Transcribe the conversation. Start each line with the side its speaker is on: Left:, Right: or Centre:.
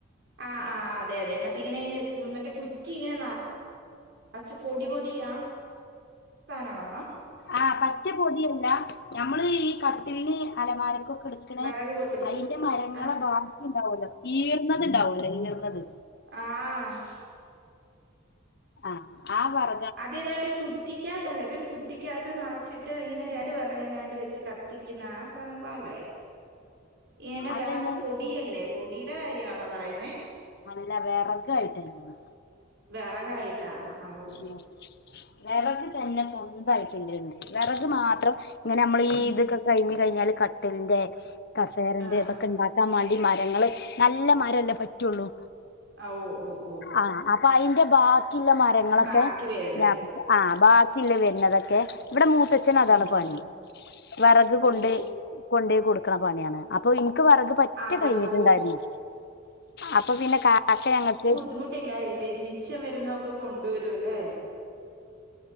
Right: ആഹ് ആഹ് അതെ അതെ മറ്റെ ഇങ്ങനെ ഈ മറ്റേ കുറ്റി ഇങ്ങനെ ന അച്ച് പൊടിപൊടി ആ സ്ഥാനമാണോ
Left: ആഹ് മറ്റ് പൊടിയല്ല ഞമ്മള് ഈ കട്ടിലിന് അലമാര ക്കൊക്കെ എടുക്കണേ
Right: വിറക് പൊടി
Left: അയിന്റെ മരങ്ങളെ
Right: ആഹ്
Left: ബാക്കി ഉണ്ടാവല്ലോ ഈർന്നത്ണ്ടാവുമല്ലോ ഈർന്നത്
Right: ആഹ്
Left: ആഹ് ആ പറ
Right: അതുതേപോലെ കുറ്റിക്കാ തല്ലേ അതൊരു കുറ്റിക്കാത്ത് നിറച്ചിട്ട് ഇങ്ങനെ രണ്ട് വേറെകങ്ങാണ്ട് വെച്ച് കത്തിക്കുന്ന ആ സംഭവല്ലേ എനെ വെറക്
Left: അതന്നെ
Right: പൊടിയല്ലേ പൊടിയുടെ കാര്യാണോ പറയുന്നേ
Left: അല്ല വെറെകായിട്ട് തന്നെയാണ്
Right: വിറകായിട്ടാ ആഹ് ഓ
Left: ഉം വിറക് തന്നെ സ്വന്തായിട്ടില്ലെണ്ട് വിറക് മാത്രം ഇങ്ങനെ അമ്മളീ
Right: ഉം
Left: ഇതൊക്കെ കഴിഞ്ഞ് കഴിഞ്ഞാൽ കട്ടിൽന്റെ കസേരന്റെ
Right: ആഹ്
Left: ഇതൊക്കെ ഇണ്ടാ ക്കാൻ മാണ്ടി മരങ്ങള് നല്ല മരല്ലേ പറ്റുള്ളൂ
Right: ആഹ് ഓഹ് ഓഹ് ഓഹ്
Left: ആഹ് അപ്പ അയിന്റെ ബാക്കിള്ള മരങ്ങളൊക്കെ
Right: ബാക്കി വരുന്ന
Left: ഞാ ആഹ് ബാ ഇല്ല വരുന്നതൊക്കെ ഇവിടെ മൂത്തച്ഛന് അതാണ്
Right: ആഹ്
Left: പണി
Right: ആഹ് ആഹ്
Left: വിറക് കൊണ്ട്
Right: ഓ
Left: കൊണ്ടോയി കൊടുക്കണാ പണിയാണ് അപ്പൊ ഇൻക്ക് വിറക് പറ്റ
Right: അവിടെ
Left: കഴിഞ്ഞിട്ടുണ്ടായിരുന്നു
Right: ഓ
Left: അപ്പൊ പിന്നെ കാക്ക ഞങ്ങൾക്ക്
Right: ബുദ്ധിമുട്ടില്ലായെ <unintelligible> മിച്ചം വരുന്ന ഒക്ക കൊണ്ടുവരു അല്ലെ.